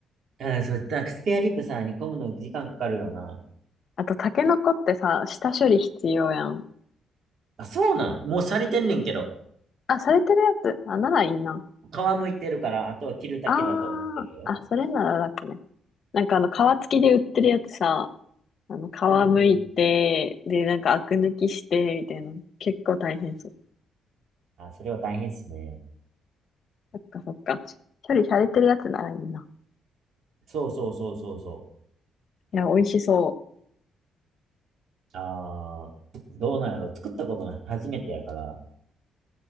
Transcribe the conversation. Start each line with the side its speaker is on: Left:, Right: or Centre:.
Right: うん、そう、なんかスペアリブさ、煮込むの時間かかるよな。
Left: あと、タケノコってさ、下処理必要やん。
Right: あ、そうなんもうされてんねんけど、
Left: あ、されてるやつ。あ、ならいいな。
Right: 皮むいてるから、あとは切るだけだと思ってるよ。
Left: ああ、あ、それなら楽ね。なんかあの、皮付きで売ってるやつさ、あの、皮むいて、
Right: うんうんうん。
Left: で、なんかアク抜きして、みたいな。結構大変そう。
Right: あ、それは大変っすね。
Left: そっかそっか。処理されてるやつならいいな。
Right: そうそうそうそうそ
Left: いや、美味しそ
Right: う。あー、どうなんやろ作ったことない。初めてやから。